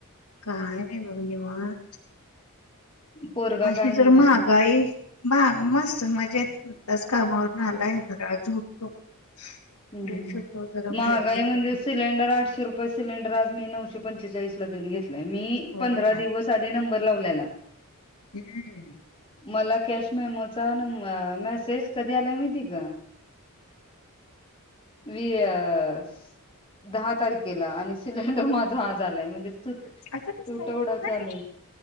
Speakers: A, on the left (about 80°); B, on the left (about 25°).
A: काय नाही बघ निवांत.
B: पोरगा
A: अशी
B: काय म्हणतोय
A: जर महागाई महाग मा मस्त म्हणजे. आज कामावरून आलाय ज झोपतो. फ्रेश
B: हम् हम
A: होतो जरा
B: महागाई
A: बाहेर जातो
B: म्हणजे
A: मग
B: सिलेंडर आठशे रुपये सिलेंडर आज मी नव एक शे पंचेचाळीस लाऊन घेतय मी
A: होय
B: पंधरा दिवस आधी नंबर लावल्याला.
A: हम्म
B: मला कॅश मिळ च न मेसेज कधी आला माहिती का. वियस. दहा तारखेला आणि सिलेंडर माझा आा झालाय म्हणजे. तू
A: असं दिसत
B: तुटवडा चालूय
A: नाही